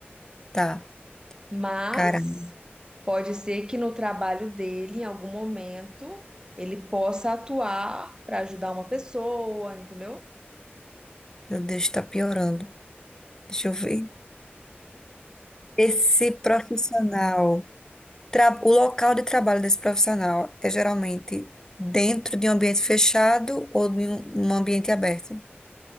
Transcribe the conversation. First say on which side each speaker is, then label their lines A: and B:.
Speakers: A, on the left; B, on the right.
A: Tá.
B: Mas
A: Caramba,
B: pode ser que no trabalho dele, em algum momento, ele possa atuar para ajudar uma pessoa, entendeu?
A: meu Deus, tá piorando. Deixa eu ver. Esse profissional, tra- o local de trabalho desse profissional é geralmente dentro de um ambiente fechado ou de um um ambiente aberto?